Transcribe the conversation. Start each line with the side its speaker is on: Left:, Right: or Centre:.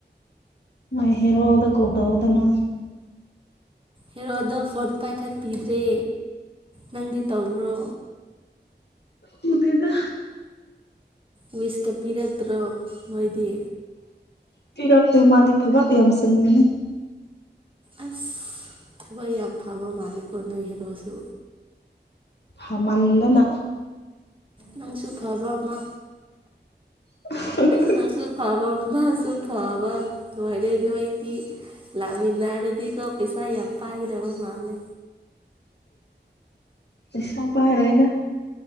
Left: ꯅꯣꯏ ꯍꯦꯔꯣꯗ ꯀꯣꯜ ꯇꯧꯑꯣꯗꯅꯥ
Right: ꯍꯦꯔꯣꯗꯣ ꯐꯣꯟ ꯄꯥꯏꯈꯠꯄꯤꯗ꯭ꯔꯦ ꯅꯪꯗꯤ ꯇꯧꯕ꯭ꯔꯣ
Left: ꯇꯧꯗꯦꯗ
Right: ꯋꯤꯁꯀ ꯄꯤꯔꯛꯇ꯭ꯔꯣ ꯅꯣꯏꯗꯤ
Left: ꯄꯤꯔꯛꯇꯦ ꯃꯥꯗꯤ ꯊꯕꯛ ꯌꯥꯝ ꯆꯤꯟꯕꯅꯦ
Right: ꯑꯁ ꯊꯕꯛ ꯌꯥꯝ ꯐꯕ ꯃꯥꯜꯂꯦꯀꯣ ꯅꯣꯏ ꯍꯦꯔꯣꯁꯨ
Left: ꯐꯃꯟꯗꯅ
Right: ꯅꯪꯁꯨ ꯐꯕ ꯑꯃ
Left: <unintelligible>
Right: ꯅꯪꯁꯨ ꯐꯕ ꯃꯥꯁꯨ ꯐꯕ ꯂꯣꯏꯔꯦ ꯅꯣꯏꯗꯤ ꯂꯥꯛꯃꯤꯟꯅꯔꯗꯤꯒꯣ ꯄꯩꯁꯥ ꯌꯥꯝ ꯄꯥꯏꯒꯗꯕ ꯃꯥꯜꯂꯦ
Left: ꯄꯩꯁꯥ ꯄꯥꯢꯔꯣꯢꯗ